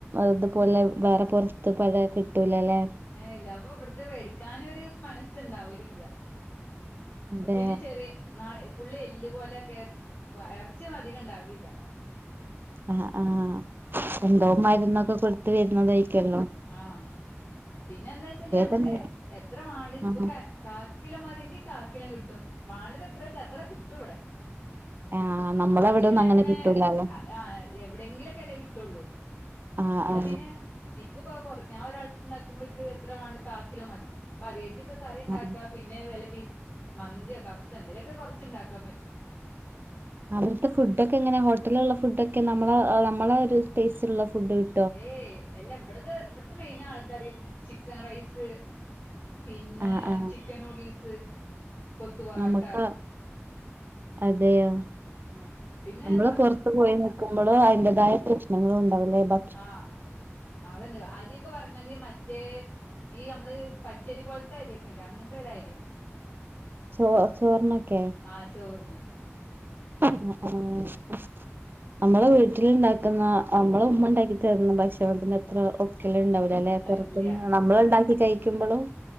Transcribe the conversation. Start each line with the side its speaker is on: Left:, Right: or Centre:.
Right: ഇതുപോലെ വേറെ പൊർത്ത് പോഴാ കിട്ടൂലല്ലെ
Left: ഏഹ് ഇല്ല അപ്പൊ ഇവട്ത്തെ വേടിക്കാനൊര് മനസ്സ് ഇണ്ടാവലില്ല.
Right: അതെ
Left: പിന്നെ ചെറിയ നാ ഫുള്ള് എല്ല് പോലെയൊക്കെ കൊ എറച്ചി ഒന്നും അധികം ഉണ്ടാവലില്ല.
Right: ആഹ് ആഹ് എന്തോ മരുന്നൊക്കെ കൊടുത്ത് വരുന്നതായിക്കല്ലോ.
Left: ആഹ്. പിന്നെ എന്താ വച്ചാല് നമ്മക്ക്
Right: തന്നെ
Left: എത്ര വാണ്ട്യ ഇപ്പൊ
Right: ആ
Left: കാ കിലോ മതിയെങ്കി കാക്കിലോം കിട്ടും. വാണ്ടത് എത്രേ ച്ചാ അത്ര കിട്ടും ഇവടെ.
Right: ആ നമ്മളെ
Left: നാട്ടില്
Right: അവിടൊന്നും
Left: പിന്നെ അങ്ങനെ
Right: കിട്ടൂലല്ലോ
Left: <unintelligible> എവിടെങ്കിലൊക്കല്ലേ കിട്ടൊള്ളു.
Right: ആ
Left: ഇവടെ
Right: ആ
Left: പിന്നെ ഇക്ക് പ്പോ കൊറ് ഞാൻ ഒരാൾക്ക് ഇണ്ടാക്കുമ്പോ ഇൻക് എത്രേ വാണ്ടെ കാക്കിലോം മതി. അപ്പ അതിയേറ്റ് ക്ക് കറിണ്ടാക്കാ
Right: ആ
Left: പി ന്നെ വല്ല ബി മന്തിയോ കഫ്സേ എന്തെലൊക്കെ കൊറച്ച് ഇണ്ടാക്കാൻ പറ്റും.
Right: അവിടുത്തെ ഫുഡൊക്കെ എങ്ങന? ഹോട്ടല്ള്ള ഫുഡൊക്കെ? നമ്മളെ നമ്മളെ ഒരു സ്പേസിലുള്ള ഫുഡ് കി
Left: ഏയ് അല്ല ഇവട്ത് ഇവിട്ത്തെ മെയിൻ ആൾക്കാര് ചിക്കൻ റൈസ് പിന്നെ
Right: ആ ആ
Left: ചിക്കൻ നൂഡിൽസ് കൊത്തു പൊറാട്ട
Right: നമ്ക്കാ അതെയോ
Left: ആ പിന്നെ
Right: നമ്മള്
Left: സ
Right: പൊർത്ത് പോയി നി നിക്കുമ്പളും അയിന്റതായ പ്രശ്നങ്ങളും ഉണ്ടാവു ലേ. ഭ
Left: ആഹ് അത് ണ്ട്. അരിയൊക്കെ പറഞ്ഞാല് മറ്റേ ഈ യമ്മള് പച്ചരി പോൽത്തെ അരിയൊക്കെല്ലേ അങ്ങൻത്തൊര രിയാ.
Right: ചോ ചോറിനൊക്കെ
Left: ആഹ് ചോറിന്
Right: ആഹ് നമ്മളെ വീട്ടില് ണ്ടാക്ക്ന്ന നമ്മള ഉമ്മ ണ്ടാക്കി തരുന്ന ഭക്ഷണത്തിന്റെ അത്ര ഒ ഉണ്ടാവൂല ലെ പോറത്ത്ന്
Left: ഇല്ല
Right: നമ്മള് ണ്ടാക്കി കഴിക്ക്മ്പളും